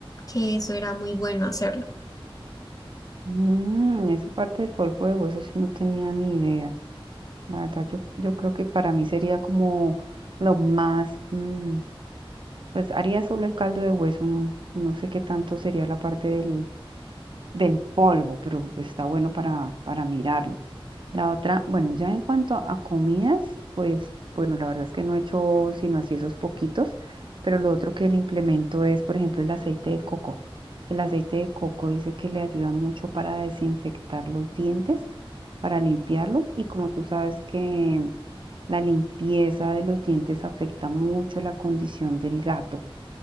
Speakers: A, on the left; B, on the right.
A: que eso era muy bueno hacerlo.
B: Mm, esa parte del polvo de hueso sí no tenía ni idea. La verdad, yo, yo creo que para mí sería como lo más, mm, pues haría solo el caldo de hueso, no, no sé qué tanto sería la parte del, del polvo, pero está bueno para, para mirarlo. La otra, bueno, ya en cuanto a comidas, pues bueno, la verdad es que no he hecho sino así esos poquitos, pero lo otro que le implemento es, por ejemplo, el aceite de coco. El aceite de coco dice que le ayuda mucho para desinfectar los dientes, para limpiarlos y como tú sabes que la limpieza de los dientes afecta mucho la condición del gato.